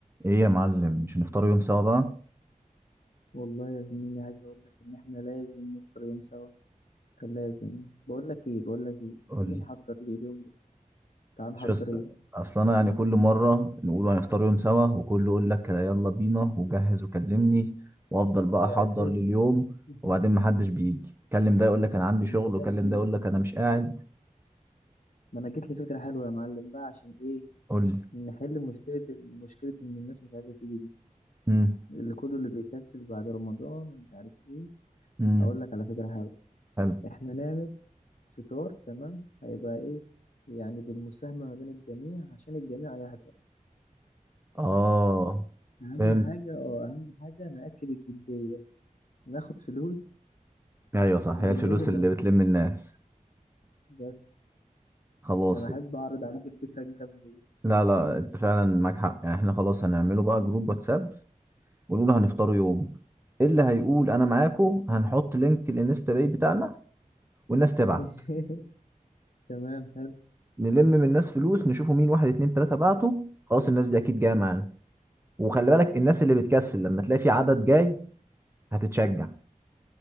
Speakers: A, on the right (about 15°); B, on the left (about 70°).
A: ايه يا معلم مش هنفطر يوم سوا بقى
B: والله يا زميلي عايز اقول لك ان احنا لازم نفطر يوم سوا كان لازم بقول لك ايه بقول لك ايه
A: قول
B: تيجي
A: لي
B: نحضر لي اليوم ده تعال نحضر
A: شو يلا الس-
B: يوم
A: اصل انا يعني كل مره نقول هنفطر يوم سوا وكله يقول لك يلا بينا وجهز وكلمني وافضل بقى
B: ده
A: احضر
B: اساسي
A: لليوم
B: <laughs>
A: وبعدين محدش بيجي كلم ده يقول لك انا عندي شغل
B: هو
A: وكلم
B: ده اساسي
A: ده يقول لك انا مش قاعد
B: ما انا جت لي فكره حلوه يا معلم بقى عشان ايه
A: قول لي
B: نحل مشكله مشكله ان الناس مش عايزه تيجي دي
A: امم
B: اللي كله اللي بيكسل بعد رمضان ومش عارف ايه
A: امم
B: اقول لك على فكره حلوه
A: حلو
B: احنا نعمل فطار تمام هيبقى ايه يعني بالمساهمه ما بين الجميع عشان الجميع يحضر
A: اه
B: اهم
A: فهمت
B: حاجة اه اهم حاجة نأكد الجدية ناخد فلوس
A: ايوه صح
B: من
A: هي الفلوس
B: الناس اللي
A: اللي
B: هتيجي
A: بتلم الناس
B: بس
A: خلاص
B: انا احب اعرض عليك الفكرة الجامدة دي
A: لا لا انت فعلا معاك حق يعني احنا خلاص هنعمله بقى جروب واتساب ونقول هنفطروا يوم إيه اللي هيقول انا معاكو هنحط لينك الانستا باي بتاعنا والناس تبعت
B: <laughs> تمام حلو
A: نلم من الناس فلوس نشوفوا مين واحد اتنين تلاتة بعتوا خلاص الناس دي اكيد جاية معانا وخلي بالك الناس اللي بتكسل لما تلاقي في عدد جاي هتتشجع